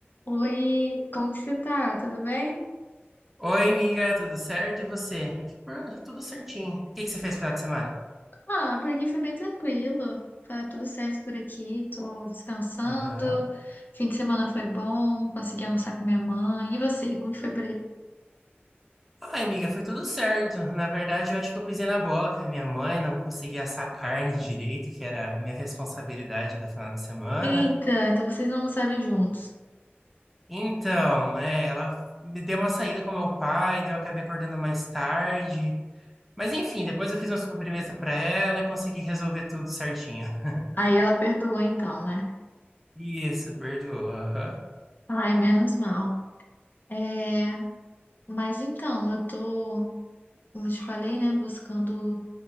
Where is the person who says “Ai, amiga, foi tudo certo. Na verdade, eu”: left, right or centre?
Centre